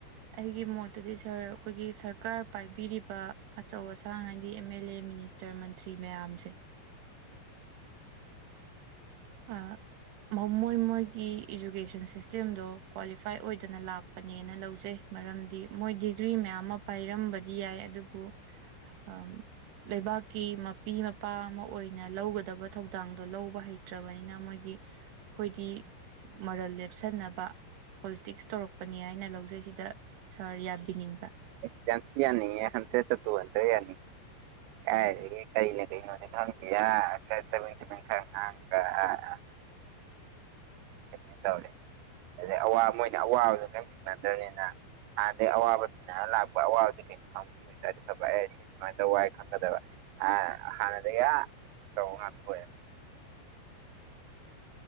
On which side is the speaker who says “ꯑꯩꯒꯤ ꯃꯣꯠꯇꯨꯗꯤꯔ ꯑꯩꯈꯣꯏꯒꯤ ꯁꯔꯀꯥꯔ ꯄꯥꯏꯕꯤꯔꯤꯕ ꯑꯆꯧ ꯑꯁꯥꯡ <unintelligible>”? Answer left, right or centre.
Right